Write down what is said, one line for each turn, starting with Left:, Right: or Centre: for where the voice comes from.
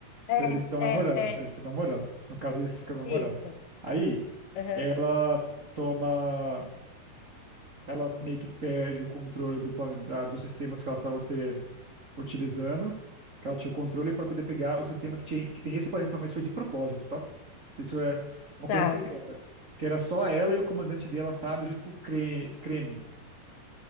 Left: É,
Right: Então eles estão
Left: é,
Right: namorando,
Left: é.
Right: eles estão namorando. No caso, eles ficam namorando.
Left: Isso.
Right: Aí
Left: Aham.
Right: ela toma, ela meio que perde o controle do, plane- da- dos sistemas que ela estava pe- utilizando, que ela tinha o controle para poder pegar o sistema que, tinha, que tem esse planeta, mas foi de propósito, tá? Isso é uma
Left: Tá,
Right: coisa secreta, que era só ela e o comandante dela, sabe, junto com o Kre- Krenin.